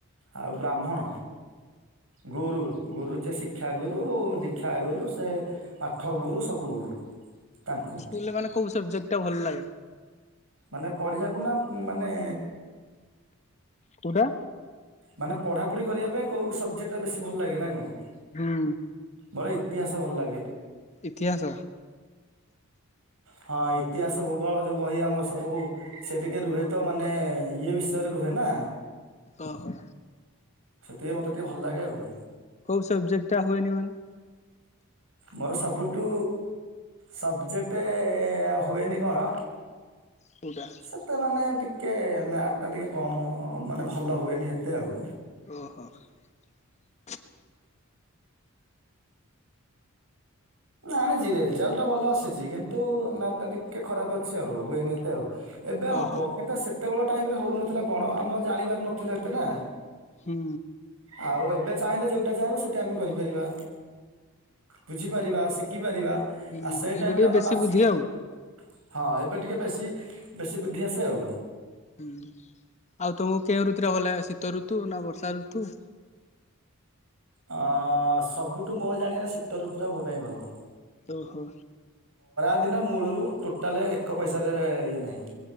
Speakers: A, on the right; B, on the left.
A: ଆଉ ବ୍ରାହ୍ମଣ ଗୁରୁ, ଗୁରୁ ଯିଏ ଶିକ୍ଷାଗୁରୁ, ଦୀକ୍ଷାଗୁରୁ ସେ ପାଠଗୁରୁ ସବୁଗୁରୁ। ତାଙ୍କୁ
B: ପିଲାମାନେ କୋଉ ସବଜେକ୍ଟା ଭଲ ଲାଗେ?
A: ମାନେ ପଢିବାକୁ ନା ମାନେ
B: କୋଉଟା?
A: ମାନେ ପଢାପଢି କରିବା ପାଇଁ କଉ ସବଜେକ୍ଟା ବେଶୀ ଭଲଲାଗେ ନା କଣ?
B: ହୁଁ।
A: ମୋର ଇତିହାସ ଭଲ ଲାଗେ।
B: ଇତିହାସ?
A: ହଁ ଇତିହାସ, ଭୂଗୋଳ ଯୋଉ ବହି ଆମର ସବୁ ସେ ଟିକେ ରୁହେ ତ ମାନେ ଇଏ ବିଷୟରେ ରୁହେ ନା।
B: ଓହୋ।
A: ସେଥିପାଇଁ ମତେ ଟିକେ ଭଲ ଲାଗେ ଆଉ।
B: କୋଉ ସବଜେକ୍ଟା ହୁଏନି ମାନେ?
A: ମୋର ସବୁଠୁ ସବଜେକ୍ଟ ହୁଏନି କଣ?
B: କୋଉଟା
A: ସେତ ମାନେ ଟି ଟିକେ ମ୍ୟାଥଟା ଟିକେ କମ ମାନେ ଭଲ ହୁଏନି ଏତେ ଆଉ।
B: ଓହୋ <inaudible>
A: ଆଣିଛି ରେଜଲ୍ଟ ଭଲ ଆସିଛି କିନ୍ତୁ <unintelligible> ଟିକେ ଖରାପ ଅଛି ଆଉ ହୁଏନି ଏତେ ଆଉ। ଏବେ ହବ,
B: ଓହୋ
A: କିନ୍ତୁ ସେତେବେଳେ ଟାଇମ ରେ ହଉନଥିଲା କଣ ଆମେ ଜାଣିବାର ନଥିଲେ ଏତେ ନା।
B: ହୁଁ
A: ଆଉ ଏବେ ଚାହିଁଲେ ଯୋଉଟା ଚାହିଁବ ସେଇଟା ଆମେ କରିପାରିବା ବୁଝି ପାରିବା ଶିଖିପାରିବା
B: ହୁଁ
A: ଆ ସେଇ ଟାଇମରେ
B: ଏବେ ଟିକେ
A: ଆମେ
B: ବେଶୀ
A: ମାସିଲୁଟି
B: ବୁଦ୍ଧି ଆଉ
A: ହଁ ଏବେ ଟିକେ ବେଶୀ ବେଶୀ ବୁଦ୍ଧି ଆସେ ଆଉ।
B: ହୁଁ ଆଉ ତମକୁ କେଉଁ ଋତୁଟା ଭଲ ଲାଗେ ଶୀତଋତୁ ନା ବର୍ଷା ଋତୁ?
A: ଅ ସବୁଠୁ ମୋ ଜାଣିବାରେ ଶୀତଋତୁ ଟା ମୋପାଇଁ ଭଲ।
B: ଓ ହୋ।
A: ସେଦିନ ମୂଳରୁ ଟୋଟାଲ ଏକ ପଇସାରେ ଇଏ ନାହିଁ।